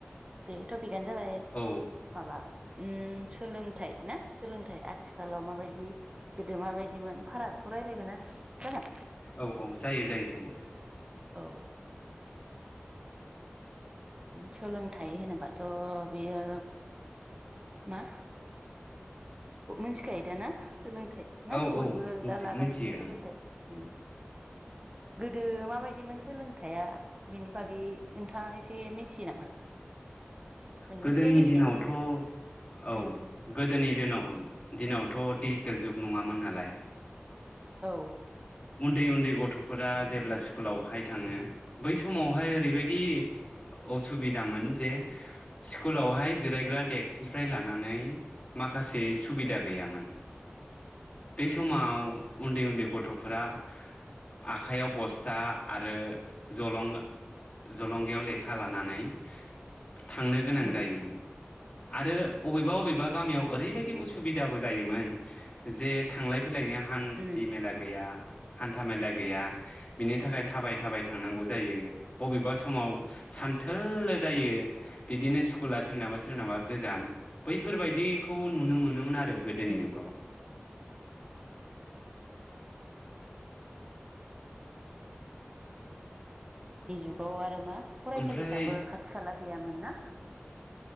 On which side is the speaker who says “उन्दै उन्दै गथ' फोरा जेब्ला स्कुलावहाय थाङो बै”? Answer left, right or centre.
Left